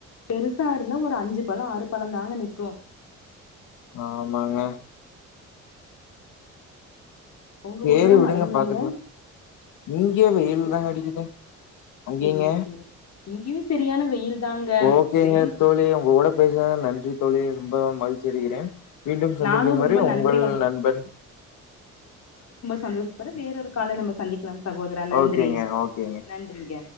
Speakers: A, on the left (about 60°); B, on the left (about 85°).
A: பெருசா இருந்தா ஒரு அஞ்சு பழம் ஆறு பழந்தாங்க நிக்கு
B: ஆமாங்க
A: உங்க
B: சேரி
A: ஊர்ல எல்லா
B: விடுங்க
A: மழைங்களாங்க
B: பாத்துக்கலா இங்கே வெயில் தாங்க அடிக்குது அங்கெய்ங்க
A: சேரி சேரி இங்கேயு சரியான வெயில் தாங்க
B: ஓகேங்க
A: வெயில்
B: தோழி உங்க கூட பேசுனது நன்றி தோழி ரொம்ப மகிழ்ச்சியடைகிறேன் மீண்டும் சந்திக்கும்
A: நானு ரொம்ப
B: வரை உங்கள்
A: நன்றிங்க
B: நண்பன்
A: சந்தோஷபடுற வேறொரு கால்ல நம்ம சந்திக்கலாம் சகோதரா நன்றி
B: ஓகேங்க ஓகேங்க
A: நன்றிங்க